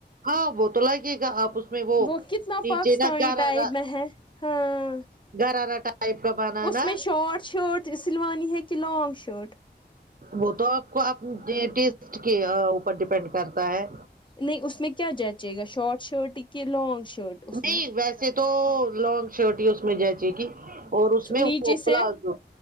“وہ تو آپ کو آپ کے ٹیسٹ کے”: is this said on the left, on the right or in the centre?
Right